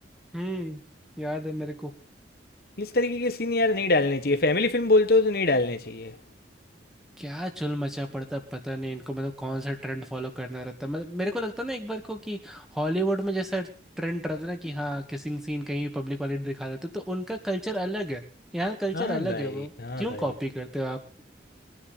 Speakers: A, in the centre; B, on the left.
A: हम्म याद है मेरे को
B: इस तरीके के सीन यार नहीं डालने चाहिए फैमिली फिल्म बोलते हो तो नहीं डालने चाहिए
A: क्या चुल मचा पड़ता पता नहीं इनको मतलब कौन सा ट्रेंड फॉलो करना रहता मतलब मेरे को लगता ना एक बार को कि हॉलीवुड में जैसा ट्रेंड रहता ना कि हाँ किसिंग सीन कहीं पब्लिक वाले दिखा देते तो उनका कल्चर अलग है यहाँ कल्चर
B: हाँ
A: अलग
B: भाई
A: है वो
B: हाँ
A: क्यों
B: भाई
A: कॉपी करते हो आप